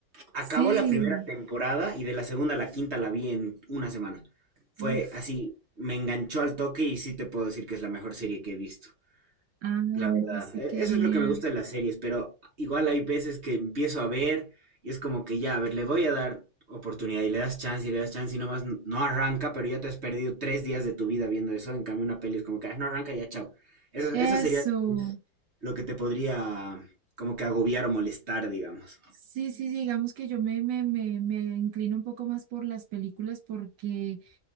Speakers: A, on the right (about 40°); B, on the right (about 75°).
A: Acabó
B: Sí.
A: la primera temporada y de la segunda a la quinta la vi en una semana. Fue
B: Uf.
A: así, me enganchó al toque y sí te puedo decir que es la mejor serie que he visto.
B: Ay,
A: La
B: no
A: verdad,
B: sé
A: e-
B: qué
A: eso
B: genial.
A: es lo que me gusta de las series, pero igual hay veces que empiezo a ver y es como que ya, a ver, le voy a dar oportunidad y le das chance y le das chance y nomás n- no arranca, pero ya te has perdido tres días de tu vida viendo eso. En cambio, una peli es como que "Ah, no arranca, ya chao. Eso,
B: Eso.
A: eso sería lo que te podría como que agobiar o molestar, digamos.
B: Sí, sí, sí, digamos que yo me, me, me, me inclino un poco más por las películas porque